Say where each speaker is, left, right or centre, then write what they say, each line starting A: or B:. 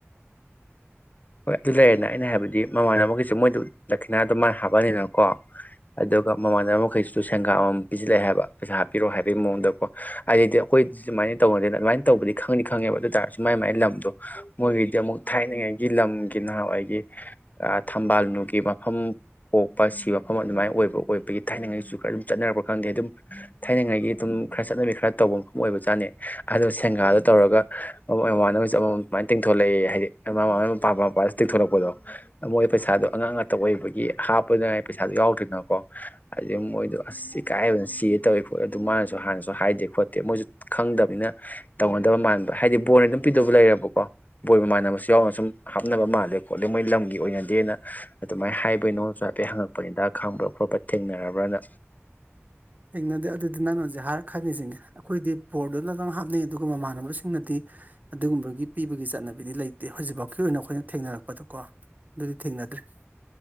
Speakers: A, on the left; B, on the right.
A: ꯍꯣꯏ ꯑꯗꯨ ꯂꯩꯔꯦꯅ ꯑꯩꯅ ꯍꯥꯏꯕꯗꯤ ꯃꯃꯥꯟꯅꯕ ꯃꯈꯩꯁꯨ ꯃꯣꯏꯗ ꯂꯛꯈꯤꯅꯥꯗꯣ ꯃꯥꯅ ꯍꯥꯞꯄꯅꯤꯅꯀꯣ ꯑꯗꯨꯒ ꯃꯃꯥꯟꯅꯕ ꯃꯈꯩꯁꯤꯁꯨ ꯁꯦꯡꯒꯥꯥꯞ ꯑꯃ ꯄꯤꯁꯤꯜꯂꯛꯑꯦ ꯍꯥꯏꯕ ꯄꯩꯁꯥ ꯍꯥꯞꯄꯤꯔꯛꯣ ꯍꯥꯏꯕꯒꯤ ꯃꯑꯣꯡꯗꯀꯣ ꯑꯗꯨꯩꯗꯤ ꯑꯩꯈꯣꯏꯗꯤ ꯁꯨꯃꯥꯏꯅ ꯇꯧꯅꯗꯅ ꯑꯗꯨꯃꯥꯏꯅ ꯇꯧꯕꯗꯤ ꯈꯪꯅꯤ ꯈꯪꯉꯦꯕ ꯑꯗꯨ ꯑꯣꯏ ꯇꯥꯔꯁꯨ ꯃꯥꯏ ꯃꯥꯏ ꯂꯝꯗꯣ ꯃꯣꯏꯒꯤꯗꯤ ꯑꯃꯨꯛ ꯊꯥꯏꯅꯉꯥꯏ ꯒꯤ ꯂꯝꯒꯤ ꯅꯍꯥꯟꯋꯥꯏꯒꯤ ꯊꯝꯕꯥꯜꯅꯨꯒꯤ ꯃꯐꯝ ꯄꯣꯛꯄ ꯁꯤ ꯃꯐꯝ ꯑꯗꯨꯃꯥꯏꯅ ꯑꯣꯏꯕ ꯑꯣꯏꯕꯒꯤ ꯊꯥꯏꯅꯉꯥꯏꯁꯨ ꯈꯔ ꯑꯗꯨꯝ ꯆꯠꯅꯔꯛꯄ ꯈꯪꯗꯦ ꯑꯗꯨꯝ ꯊꯥꯏꯅꯉꯥꯏꯒꯤ ꯑꯗꯨꯝ ꯈꯔ ꯆꯠꯅꯕꯤ ꯈꯔ ꯇꯧꯕ ꯃꯐꯝ ꯑꯣꯏꯕꯖꯥꯠꯅꯩ ꯑꯗꯨ ꯁꯦꯟꯒꯥꯗ ꯇꯧꯔꯒ ꯃꯃꯥꯟꯅꯕ ꯑꯃꯃꯝ ꯁꯨꯃꯥꯏꯅ ꯇꯤꯡꯊꯣꯂꯛꯑꯦ ꯍꯥꯏꯗꯤ ꯃꯃ ꯃꯥꯟꯅꯕ ꯃꯄꯥ ꯃꯄꯥꯗ ꯇꯦꯛꯊꯣꯔꯛꯄꯗꯣ ꯃꯣꯏ ꯄꯩꯁꯥꯗꯣ ꯑꯉꯥꯡ ꯉꯥꯛꯇ ꯑꯣꯏꯕꯒꯤ ꯍꯥꯞꯄꯗꯨꯅꯥꯏ ꯄꯩꯁꯥꯗꯣ ꯌꯥꯎꯗ꯭ꯔꯤꯅꯀꯣ ꯍꯥꯏꯗꯤ ꯃꯣꯏꯗꯣ ꯑꯁ ꯏꯀꯥꯏꯕꯅ ꯁꯤꯌꯦ ꯇꯧꯏꯤ ꯈꯣꯠꯂꯤ ꯑꯗꯨ ꯃꯥꯅꯁꯨ ꯍꯥꯟꯅꯁꯨ ꯍꯥꯏꯗꯦ ꯈꯣꯠꯇꯦ ꯃꯣꯏꯁꯨ ꯈꯪꯗꯕꯅꯤꯅ ꯇꯧꯅꯗꯕ ꯃꯥꯟꯕ ꯍꯥꯏꯗꯤ ꯕꯣꯟꯅ ꯑꯗꯨꯝ ꯄꯤꯗꯕ ꯂꯩꯔꯕꯀꯣ ꯀꯣ ꯕꯣꯏꯕ ꯃꯥꯟꯅꯕꯁꯨ ꯌꯥꯎꯅ ꯁꯨꯝ ꯍꯥꯞꯅꯕ ꯃꯥꯜꯂꯦ ꯈꯣꯠꯂꯦ ꯃꯣꯏ ꯂꯝꯒꯤ ꯑꯣꯏꯅꯗꯦꯅ ꯑꯗꯨꯃꯥꯏꯅ ꯍꯥꯏꯕꯩ ꯅꯣꯡꯁꯨ ꯍꯥꯏꯐꯦꯠ ꯍꯪꯉꯛꯄ ꯍꯤꯗꯥꯛ ꯈꯥꯡꯕ ꯈꯣꯠꯄ ꯊꯦꯡꯅꯔꯕ꯭ꯔꯅ
B: ꯊꯦꯡꯅꯗꯦ ꯑꯗꯨꯗꯤ ꯅꯪꯅꯣꯟꯁꯦ ꯍꯥꯏꯔ ꯈꯪꯉꯁꯤꯡꯒꯦ ꯑꯩꯈꯣꯏꯗꯤ ꯕꯣꯔꯗꯨꯅ ꯑꯗꯨꯝ ꯍꯥꯞꯅꯩ ꯑꯗꯨꯒ ꯃꯃꯥꯟꯅꯕꯁꯤꯡꯅꯗꯤ ꯑꯗꯨꯒꯨꯝꯕꯒꯤ ꯄꯤꯕꯒꯤ ꯆꯠꯅꯕꯤꯗꯤ ꯂꯩꯇꯦ ꯍꯧꯖꯤꯛꯐꯥꯎꯀꯤ ꯑꯣꯏꯅ ꯑꯩꯈꯣꯏꯅ ꯊꯦꯡꯅꯔꯛꯄꯗꯀꯣ ꯑꯗꯨꯗꯤ ꯊꯦꯡꯅꯗ꯭ꯔꯤ